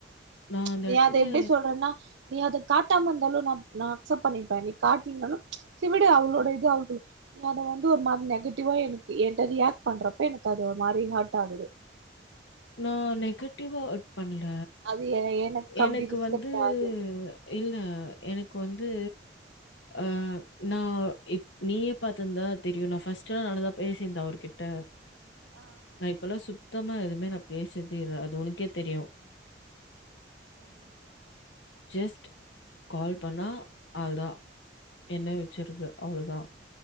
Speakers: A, on the left; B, on the right.
A: நான் அந்த
B: நீ
A: இடத்துல
B: அத எப்டி சொல்றேன்னா நீ அத காட்டாம இருந்தாலும் நா நா அக்சப்ட் பண்ணிப்பேன் நீ காட்டீங்கனாலும் சிவிடு அவளோட இது அவளுக்கு நீ அத வந்து ஒரு மாரி நெகட்டிவா எனக்கு என ரியாக்ட் பண்றப்ப எனக்கு அது ஒரு மாரி ஹெர்ட் ஆகுது
A: நா நெகட்டிவா அட் பண்ணல
B: அது எ அப்டி
A: எனக்கு
B: ரிஃப்ளெக்ட்
A: வந்து
B: ஆகுது
A: இல்ல எனக்கு வந்து ஆ நான் நீயே பாத்திருந்தா தெரியும் நான் ஃபர்ஸ்ட்ட்ல்லாம் நல்லா தான் பேசியிருந்தேன் அவர்கிட்ட ட்ட
B: ஆ
A: நான் இப்பல்லாம் சுத்தமா எதுவுமே நான் பேசர்தே இல்ல அது உனக்கே தெரியும்
B: ஆமா
A: ஜஸ்ட் கால் பண்ணா ஆள்தா என்ன வச்சுருது அவ்ளோதான்